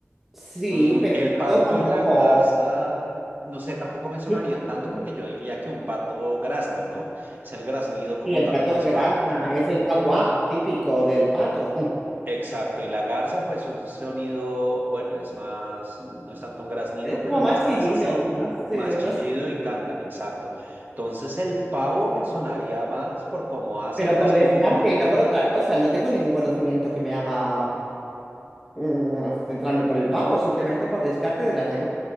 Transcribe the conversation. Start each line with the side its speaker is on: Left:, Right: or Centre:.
Centre: Sí,
Right: Mm,
Centre: pero
Right: el
Centre: el gato
Right: pato
Centre: tampoco.
Right: y la garza, no sé, tampoco me sonarían
Centre: Clup,
Right: tanto
Centre: clup.
Right: porque yo diría que un pato grazna, ¿no? Es el graznido como
Centre: Y el
Right: tal
Centre: gato
Right: de los
Centre: grazna
Right: patos, ¿no?
Centre: es el cuacuá típico del pato. <laughs>
Right: Exacto, y la garza, pues un sonido, bueno, es más, no es tanto un graznido,
Centre: Es
Right: pero
Centre: como más
Right: las garzas
Centre: chillido,
Right: sí,
Centre: más,
Right: más
Centre: eh,
Right: chillido
Centre: no sé.
Right: y cantan, exacto. Entonces el pavo me sonaría más por cómo hacen,
Centre: Pero
Right: casi
Centre: por descarte,
Right: como un glu glu
Centre: no
Right: glu.
Centre: por otra cosa. No tengo ningún conocimiento que me haga mm, centrarme por el pavo, simplemente por descarte de las demás,